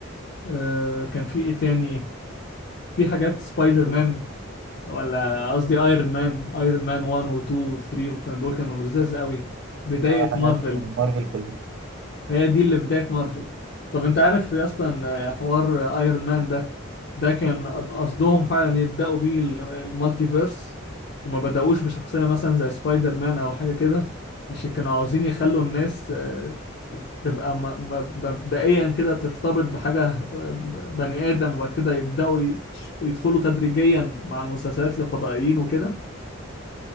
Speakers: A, on the left; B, on the right.
A: آه كان في ايه تاني في حاجات سبايدر مان ولا قصدي ايرون مان ايرون مان 1 و 2 و 3 وكان دول كانوا لذاذ قوي بداية
B: اه حاجات
A: مارفل
B: مارفل كلها
A: هي دي اللي بداية مارفل طب انت عارف اصلا آه، حوار ايرون مان ده ده كان قصدهم فعلا يبدأوا بيه ال- المالتيفيرس وما بدأوش بشخصية مثلا زي سبايدر مان او حاجة كده عشان كانوا عاوزين يخلوا الناس آه، تبقى م- م- مبدئيا كده ترتبط بحاجة آه، بني آدم وبعد كده يبدأوا يتش- يدخلوا تدريجيا مع المسلسلات الفضائيين وكده